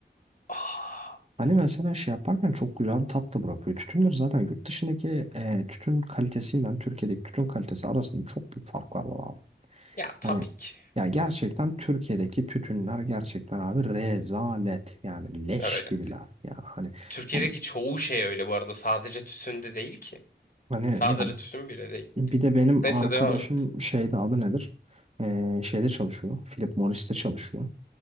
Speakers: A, on the left (about 50°); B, on the right (about 35°).
A: Ah,
B: Hani mesela şey yaparken çok güzel bir tat da bırakıyor. Tütünler zaten yurt dışındaki eee, tütün kalitesiyle Türkiye'deki tütün kalitesi arasında çok büyük farklar var abi.
A: ya tabii
B: Hani
A: ki.
B: ya gerçekten Türkiye'deki tütünler gerçekten abi rezalet yani leş
A: Öyle.
B: gibiler. Yani hani
A: Türkiye'deki
B: ben-
A: çoğu şey öyle bu arada. Sadece tütün değil ki.
B: hani
A: Sadece
B: ya
A: tütün bile değil.
B: bir de benim
A: Neyse
B: arkadaşım
A: devam et.
B: şeyde adı nedir? Eee, şeyde çalışıyor. Philip Morris'te çalışıyor.